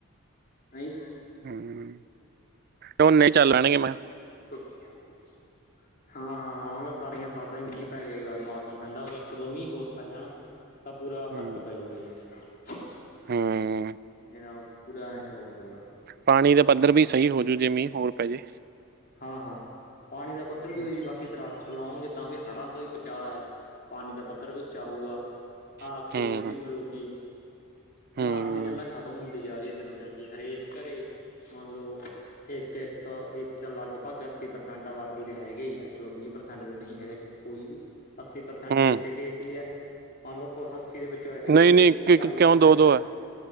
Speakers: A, on the left (about 45°); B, on the right (about 45°).
A: ਨਹੀਂ
B: ਹੂੰ ਝੋਨੇ ਚੱਲ ਲੈਣਗੇ ਮੈਂ
A: <unintelligible> ਹਾਂ ਹਾਂ ਹਾਂ ਉਹ ਸਾਰੀਆਂ ਫਸਦਾਈ ਮੀਂਹ ਪੈ ਜਾਈ ਬਸ ਮੌਸਮ ਠੰਡਾ ਹੋ ਗਿਆ ਇੱਕ ਦੋ ਮੀਂਹ ਹੋਰ ਪੈ ਜਾਣਾ ਤਾਂ ਪੂਰਾ ਫ਼ਰਕ
B: ਹੂੰ
A: ਪੈਜੂਗਾ ਜੀ ਉਦੇ ਨਾਲ <unintelligible>
B: ਹੂੰ
A: ਪੂਰਾ ਹੈ ਹੋ ਜਾਊਗਾ
B: ਪਾਣੀ ਦੇ ਪੱਧਰ ਵੀ ਸਹੀ ਹੋਜੂ ਜੇ ਮੀਂਹ ਹੋਰ ਪੈ ਜੇ
A: ਹਾਂ ਹਾਂ ਪਾਣੀ ਦਾ ਪੱਧਰ ਵੀ
B: ਹੂੰ
A: ਹੋਈ ਬਸ ਕਿ ਦਰਖਤ ਲਾਉਣਗੇ ਤਾਂ ਵੀ ਹੜਾਂ ਤੋਂ ਹੀ ਬਚਾਅ ਹੈ ਪਾਣੀ ਦਾ ਪੱਧਰ ਵੀ ਉੱਚਾ ਹੋਊਗਾ ਆਕਸੀਜਨ
B: ਹੂੰ
A: ਵੀ ਮਿਲਲੇਗੀ
B: ਹੂੰ
A: ਹੁਣ ਆਕਸੀਜਨ ਤਾਂ ਖ਼ਤਮ ਹੁੰਦੀ ਜਾ ਰਹੀ ਹੈ। ਦਿਨੋ ਦਿਨ ਹਰੇ ਘਰੇ ਮੰਨ ਲਓ ਇੱਕ ਇੱਕ ਤਾਂ ਲਗਭਗ ਅੱਸੀ ਪ੍ਰਸੈਂਟ ਆਬਾਦੀ ਦੇ ਹੈਗੇ ਹੀ ਆ ਚਲੋ ਵੀਹ ਪ੍ਰਸੈਂਟ ਤੇ ਨਹੀਂ ਹੈਗਾ ਕੋਈ ਵੀ ਅੱਸੀ ਪ੍ਰਸੈਂਟ
B: ਹੂੰ
A: ਦੇਖ ਕੇ ਗ ਸੀ ਹੈ ਮੰਨ ਲਓ ਕੁਛ ਅੱਸੀ ਤੇਰੇ ਬੱਚੇ ਵੱਲ ਹੈਗੇ
B: ਨਹੀਂ
A: ਵੀ
B: ਨਹੀਂ ਇੱਕ ਇੱਕ
A: ਚਾਲੀ
B: ਕਿਉਂ
A: ਪਰਸੈਂਟ
B: ਦੋ ਦੋ ਹੈ